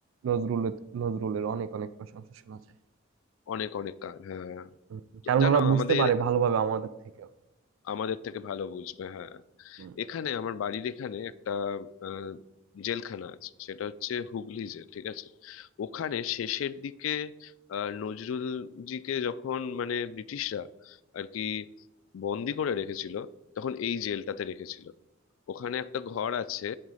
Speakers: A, on the right (about 85°); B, on the left (about 85°).
A: নজরুল নজরুলের অনেক অনেক প্রশংসা শোনা যায়
B: অনেক অনেক গান হ্যাঁ হ্যাঁ।
A: হুম,
B: তো
A: কারণ
B: জানো
A: ওরা বুঝতে
B: আমাদের
A: পারে ভালোভাবে আমাদের থেকেও
B: আমাদের থেকে ভালো বুঝবে হ্যাঁ
A: হুম।
B: এখানে আমার বাড়ির এখানে একটা আহ, জেলখানা আছে সেটা হচ্ছে হুগলি জেল ঠিক আছে ওখানে শেষের দিকে আহ, নজরুল জিকে যখন মানে ব্রিটিশরা আর কি বন্দি করে রেখেছিল তখন এই জেলটাতে রেখেছিল ওখানে একটা ঘর আছে